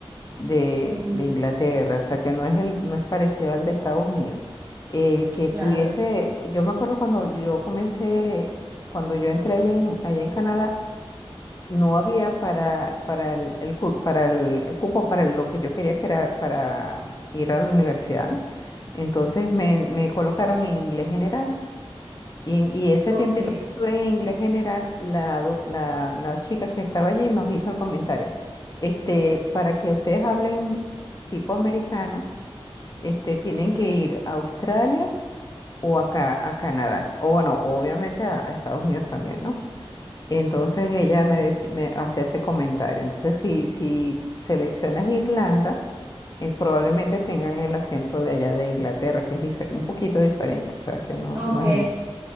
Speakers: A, on the left (about 40°); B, on the right (about 20°).
A: de,
B: Mm,
A: de Inglaterra, o sea que no es el, no es parecido al de Estados Unidos. El que pudiese,
B: claro.
A: yo me acuerdo cuando yo comencé, cuando yo entré allá en, allá en Canadá, no había para, para el, el cu- para el, el cupo para lo que yo quería que era para ir a la universidad, ¿no? Entonces me, me colocaron en inglés general y, en- y ese
B: Ok,
A: tiempito que estuve en inglés general, la, doc- la, la chica que estaba allí nos hizo el comentario. Este, para que ustedes hablen tipo americano, este, tienen que ir a Australia o acá a Canadá. O bueno, obviamente a, a Estados Unidos también, ¿no? Entonces ella me, deci- me hacía ese comentario. Entonces, si, si seleccionas Irlanda, eh, probablemente tengan el acento de allá de Inglaterra, que es dife- un poquito diferente, o sea que no,
B: ok.
A: no es el